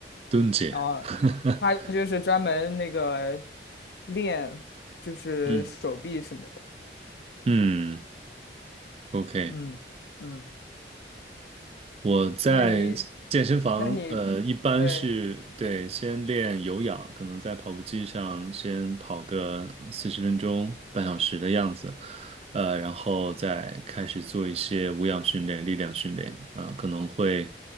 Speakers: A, on the right; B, on the left.
A: 蹲姐。
B: 啊，
A: <laughs>
B: 她就是专门那个练，就是手臂什么的，
A: 嗯嗯，OK，
B: 嗯嗯。
A: 我在健身房，
B: 那你，那你，
A: 呃，一般是对先练有氧，
B: 对，
A: 可能在跑步机上先跑个四十分钟、半小时的样子，呃，然后再开始做一些无氧训练、力量训练，啊、可能会，